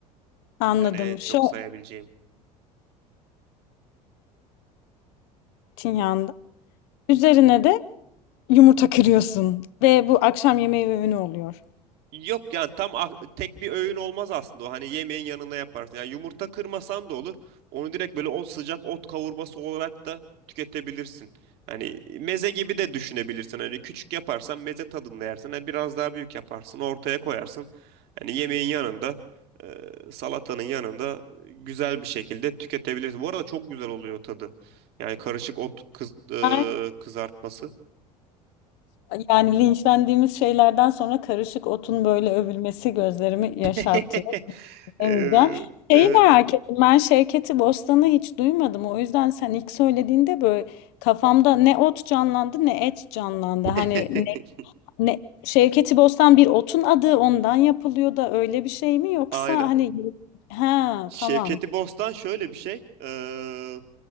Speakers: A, on the left (about 55°); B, on the right (about 55°).
A: Anladım.
B: Yani en çok
A: Şu
B: sayabileceğim.
A: zeytinyağında. Üzerine de yumurta kırıyorsun ve bu akşam yemeği öğünü oluyor.
B: Yok yani tam ak- tek bir öğün olmaz aslında o hani yemeğin yanına yaparsın. Yani yumurta kırmasan da olur. Onu direkt böyle o sıcak ot kavurması olarak da tüketebilirsin. Hani meze gibi de düşünebilirsin. Hani küçük yaparsan meze tadında yersin. Hani biraz daha büyük yaparsın ortaya koyarsın. Hani yemeğin yanında e, salatanın yanında güzel bir şekilde tüketebilirsin. Bu arada çok güzel oluyor tadı. Yani karışık ot kız, e,
A: <laughs>
B: kızartması.
A: Yani linçlendiğimiz şeylerden sonra karışık otun böyle övülmesi gözlerimi yaşarttı.
B: <laughs> E,
A: Demeyeceğim.
B: evet.
A: Şeyi merak ettim. Ben Şevket'i Bostan'ı hiç duymadım. O yüzden sen ilk söylediğinde böyle kafamda ne ot canlandı ne et canlandı.
B: <laughs>
A: Hani ne, ne Şevket'i Bostan bir otun adı ondan yapılıyor da öyle bir şey mi yoksa
B: Aynen.
A: hani ha
B: Şevketi
A: tamam.
B: Bostan şöyle bir şey. eee,